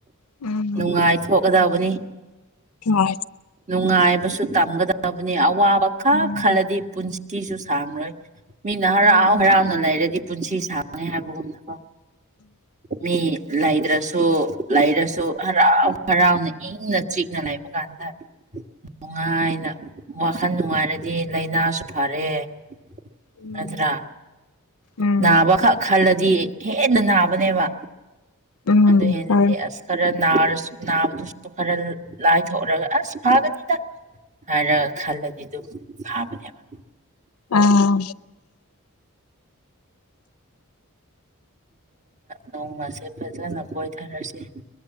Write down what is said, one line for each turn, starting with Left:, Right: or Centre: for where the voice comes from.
Left: ꯎꯝꯝ
Right: ꯅꯨꯡꯉꯥꯏꯊꯣꯛꯀꯗꯕꯅꯤ
Left: ꯍ
Right: ꯅꯨꯡꯉꯥꯏꯕꯁꯨ ꯇꯝꯒꯗꯕꯅꯤ ꯑꯋꯥꯕ ꯈꯔ
Left: ꯎꯝ
Right: ꯈꯔꯗꯤ ꯄꯨꯟꯁꯤ ꯁꯤꯤꯁꯨ ꯁꯥꯡꯔꯣꯏ ꯃꯤꯅ ꯍꯔꯥꯎ
Left: ꯎꯝ
Right: ꯍꯔꯥꯎꯅ ꯂꯩꯔꯗꯤ ꯄꯨꯟꯁꯤ ꯁꯥꯡ ꯍꯥꯏꯕꯒꯨꯝꯅꯀꯣ ꯃꯤ ꯂꯩꯗ꯭ꯔꯁꯨ ꯂꯩꯔꯁꯨ ꯍꯔꯥꯎ ꯍꯔꯥꯎꯅ ꯏꯪꯅ ꯆꯤꯛꯅ ꯂꯩꯕ ꯀꯥꯟꯗ ꯅꯨꯡꯉꯥꯏꯅ ꯋꯥꯈꯜ ꯅꯨꯡꯉꯥꯏꯔꯗꯤ ꯂꯥꯏꯅꯥꯁꯨ ꯐꯔꯦ
Left: ꯎꯝ
Right: ꯅꯠꯇ꯭ꯔꯥ
Left: ꯎꯝ
Right: ꯅꯥꯕꯈꯛ ꯈꯜꯂꯗꯤ ꯍꯦꯟꯅ ꯅꯥꯕꯅꯦꯕ
Left: ꯎꯝ
Right: ꯑꯗꯨ ꯍꯦꯟꯅꯗꯤ
Left: ꯍꯣꯏ
Right: ꯑꯁ ꯈꯔ ꯅꯥꯔꯁꯨ ꯅꯥꯕꯗꯨꯁꯨ ꯈꯔ ꯂꯥꯏꯊꯣꯛꯔꯒ ꯑꯁ ꯐꯥꯒꯅꯤꯗ ꯍꯥꯏꯔ ꯈꯜꯂꯗꯤ ꯑꯗꯨꯝ ꯐꯥꯕꯅꯦꯕ
Left: ꯑꯥ
Right: ꯅꯣꯡꯃꯁꯦ ꯐꯖꯅ ꯀꯣꯏꯊꯔꯁꯤ